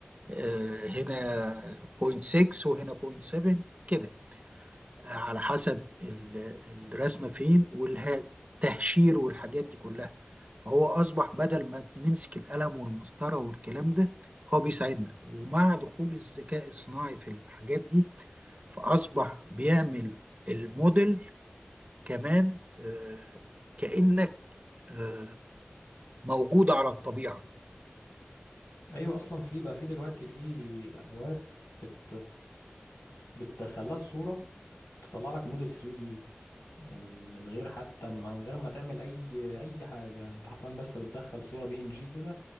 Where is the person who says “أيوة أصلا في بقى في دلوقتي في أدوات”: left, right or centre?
Left